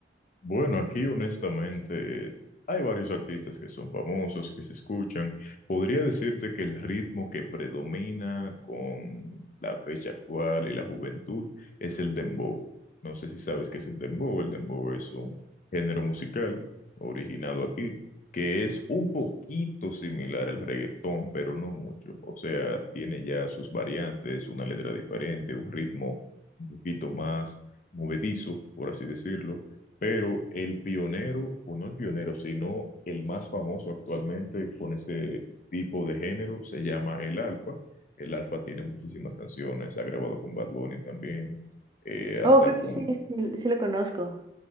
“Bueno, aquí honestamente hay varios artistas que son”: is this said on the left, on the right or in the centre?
Left